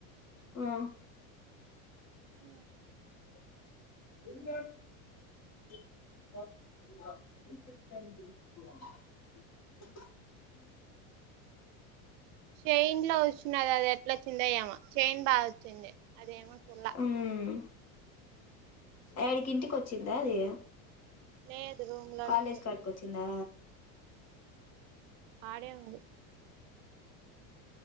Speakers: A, on the left; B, on the right.
A: ఆ
B: అ
A: ఎందు <unintelligible>
B: చైన్ లో వచ్చన్నది అది ఎట్లా వచ్చింద ఏమో చైన్ బాగా వచ్చింది అదేమో చూల్లా
A: ఉమ్ ఏడికి ఇంటికి వచ్చిందా అది
B: లేదు రూమ్ లోనే
A: కాలేజ్
B: ఉంది
A: కాడికి వచ్చిందా
B: ఆడే ఉంది